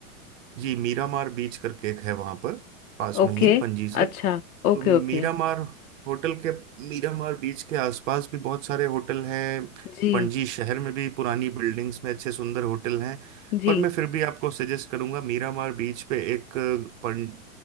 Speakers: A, on the right; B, on the left.
A: जी मीरामार बीच करके एक है वहां पर पास
B: okay
A: में ही पणजी से
B: अच्छा Okay
A: तो मीरामार
B: okay
A: होटल के मीरामार बीच के आसपास भी बहुत सारे होटल हैं
B: जी
A: पणजी शहर में भी पुरानी बिल्डिंग्स में अच्छे सुंदर होटल हैं
B: जी
A: पर मैं फिर भी आपको सजेस्ट करूंगा मीरामार बीच पे एक पं,